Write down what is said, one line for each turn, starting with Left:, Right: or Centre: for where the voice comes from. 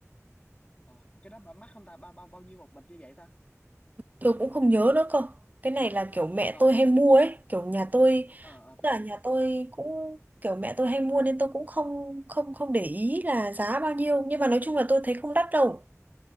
Left: ờ cái đó bà mắc không ta bao bao bao nhiêu một bịch như vậy ta
Right: tôi cũng không nhớ nữa cơ cái này là kiểu mẹ
Left: ờ
Right: tôi hay mua ấy kiểu nhà tôi
Left: ờ ờ tôi
Right: Tức
Left: hiểu
Right: là nhà tôi cũng kiểu mẹ tôi hay mua nên tôi cũng không không không để ý là giá bao nhiêu nhưng mà nói chung là tôi thấy không đắt đâu